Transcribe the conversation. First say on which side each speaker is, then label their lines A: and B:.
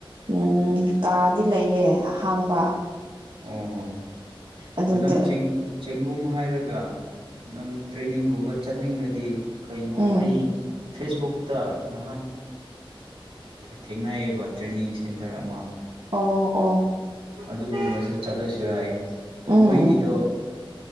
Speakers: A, on the right; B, on the right.
A: ꯎꯝ ꯀꯥꯗꯤ ꯂꯩꯌꯦ ꯑꯍꯥꯡꯕ
B: ꯑꯣꯣ
A: ꯑꯗꯨꯗ
B: ꯅꯪ ꯆꯦꯡ ꯆꯦꯡꯒꯨꯝ ꯍꯥꯏꯔꯒ ꯅꯪ ꯇ꯭ꯔꯦꯅꯤꯡꯒꯨꯝꯕ ꯆꯠꯅꯤꯡꯂꯗꯤ ꯀꯩꯅꯣ
A: ꯎꯝ
B: ꯑꯩ ꯐꯦꯁꯕꯨꯛꯇ ꯅꯍꯥꯟ ꯊꯦꯡꯅꯏꯌꯦꯕ ꯇ꯭ꯔꯦꯅꯤꯡ ꯁꯦꯟꯇꯔ ꯑꯃ
A: ꯑꯣ ꯑꯣ
B: ꯑꯗꯨꯒꯨꯝꯕꯁꯨ ꯆꯠꯂꯁꯨ ꯌꯥꯏ
A: ꯎꯝ
B: ꯃꯣꯏꯒꯤꯗꯣ